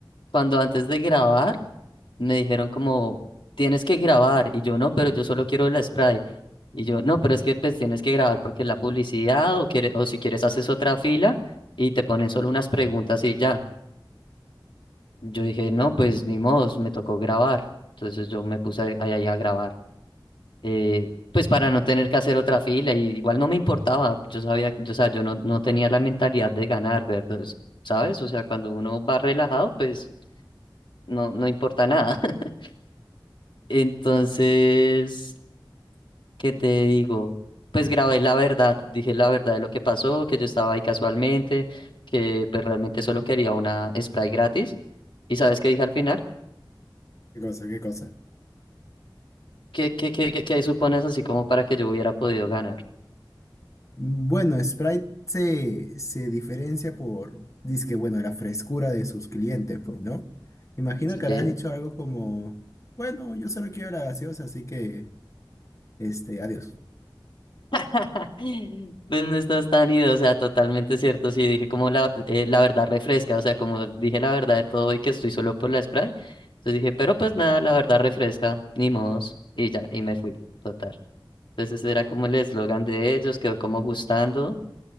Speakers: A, on the left; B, on the left.
A: cuando antes de grabar, me dijeron como, tienes que grabar. Y yo, no, pero yo solo quiero el spray. Y yo, no, pero es que pues tienes que grabar porque la publicidad o, quiere- o si quieres haces otra fila y te ponen solo unas preguntas y ya. Yo dije, no, pues ni modo, me tocó grabar. Entonces yo me puse ahí ahí a grabar eh, pues para no tener que hacer otra fila, y igual no me importaba, yo sabía, yo, o sea, yo no, no tenía la mentalidad de ganar, ¿verdad? ¿Sabes? O sea, cuando uno va relajado, pues no, no importa nada. <laughs> Entonces, ¿qué te digo? Pues grabé la verdad, dije la verdad de lo que pasó, que yo estaba ahí casualmente, que pues realmente solo quería una spray gratis. ¿Y sabes qué dije al final?
B: ¿Qué cosa? ¿Qué cosa?
A: ¿Qué, qué, qué, qué, qué supones así como para que yo hubiera podido ganar?
B: Bueno, Sprite se, se diferencia por, dizque, bueno, la frescura de sus clientes, pues, ¿no? Imagino
A: Sí.
B: que habrás dicho algo como, bueno, yo solo quiero la gaseosa, así que, este, adiós.
A: <laughs> Pues no estás tan ido, o sea, totalmente cierto. Sí, dije como la, eh, la verdad refresca, o sea, como dije la verdad de todo y que estoy solo por la spray. Entonces dije, pero pues nada, la verdad refresca, ni modos. Y ya, y me fui, total. Entonces ese era como el eslogan de ellos, quedó como gustando.